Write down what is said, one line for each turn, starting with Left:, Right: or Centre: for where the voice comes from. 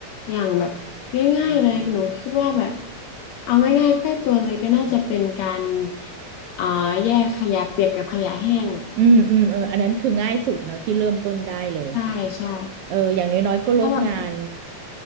Left: อย่างแบบง่ายๆเลยหนูคิดว่าแบบเอาง่ายๆใกล้ตัวเลยก็น่าจะเป็นการอ่าแยกขยะเปียกกับขยะแห้งแบบ
Right: อืมอืมเอออันนั้นคือง่ายสุดเนาะที่เริ่มต้นได้เลย
Left: ใช่ใช่
Right: เอออย่างน้อยๆก็ลดงาน
Left: เพราะแบบ